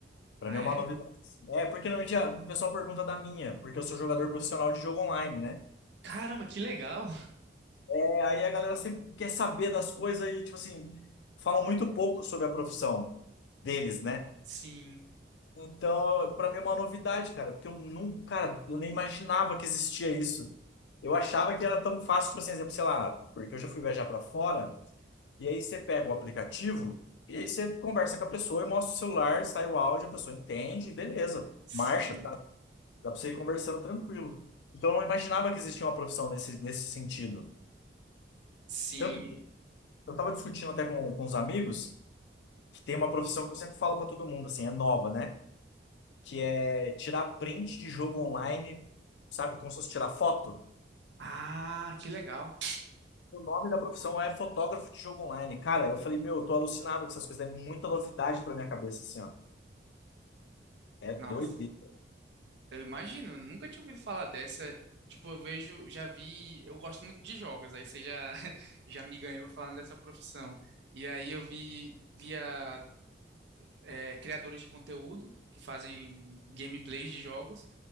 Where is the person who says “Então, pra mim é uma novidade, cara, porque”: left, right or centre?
Left